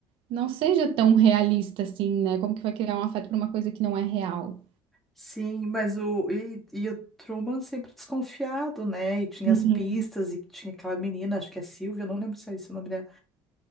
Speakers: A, on the right; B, in the centre.
A: não seja tão realista assim, né? Como que vai criar um afeto para uma coisa que não é real?
B: sim, mas o e, e o Truman sempre desconfiado, né? E tinha
A: Uhum.
B: as pistas e tinha aquela menina, acho que é Silvia, eu não lembro se é esse o nome dela